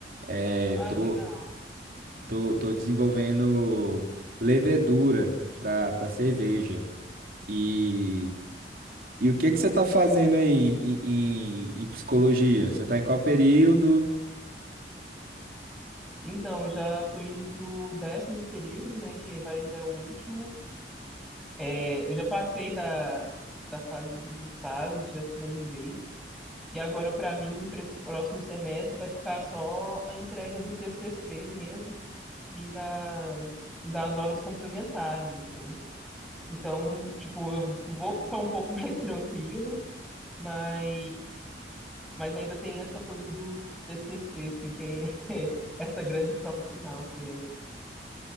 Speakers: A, on the right; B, in the centre.
A: É,
B: Ah,
A: tô,
B: legal.
A: tô, tô desenvolvendo levedura para para cerveja. E, e o que que você está fazendo aí em, em, em psicologia? Você está em qual período?
B: Então, eu já estou indo pro décimo período, né, que vai já é o último. É, Eu já passei da, da fase dos estágios, já finalizei. E agora, para mim, para esse próximo semestre, vai ficar só a entrega do TCC mesmo e das, e das horas complementares, assim. Então, tipo, eu vou ficar um pouco <laughs> mais tranquilo, mas, mas ainda tem essa coisa do TCC, assim, que é <laughs> essa grande prova final, que